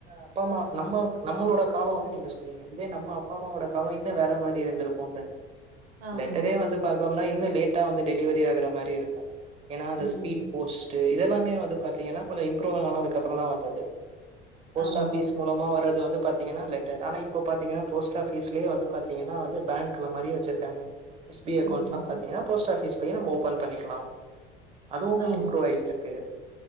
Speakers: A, on the right; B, on the right.
A: அப்பா அம்மா நம்ம நம்மளோட கால வந்து நீங்க சொன்னீங்க இதே நம்ம அப்பா அம்மாவோட கால இன்னு வேற மாரி இருந்துருக்குல
B: ஆமா.
A: லெட்டரே வந்து பாத்தோனா இன்னு லேட்டா வந்து டெலிவரி ஆகுற மாரி இருக்கு ஏனா அந்த
B: ம்.
A: ஸ்பீட் போஸ்ட் டு இதெல்லாமே வந்து பாத்தீங்கனா கொஞ்சோ இம்ப்ரூவா ஆனதுக்கு அப்றதா வந்தது போஸ்ட்
B: ஆமா.
A: ஆபீஸ் மூல மா வரது வந்து பாத்தீங்கனா லெட்டர் ஆனா இப்ப பாத்தீங்கனா போஸ்ட் ஆபீஸ்லயே வந்து பாத்தீங்கனா வந்து பேங்க்ல மாரி இருக்காங்க எஸ் பி ஐ அக்கவுண்ட்லா
B: ம்.
A: பாத்தீங்கனா போஸ்ட் ஆபிஸ்லயே நம்ம ஓபன் பண்ணிக்கலா அதுவுமே
B: ஆமா.
A: இம்ப்ரூவ் ஆயிட்ருக்கு